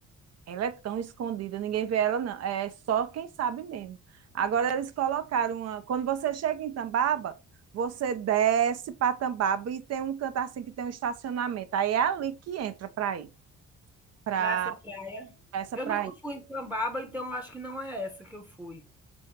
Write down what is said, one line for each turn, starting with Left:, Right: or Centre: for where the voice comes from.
Right: Ela é tão escondida, ninguém vê ela, não. É só quem sabe mesmo. Agora eles colocaram uma. Quando você chega em Tambaba, você desce para Tambaba e tem um canto assim que tem um estacionamento. Aí é ali que entra para ir, para
Centre: para essa praia.
Right: essa
Centre: Eu
Right: praia.
Centre: nunca fui em Tambaba, então eu acho que não é essa que eu fui.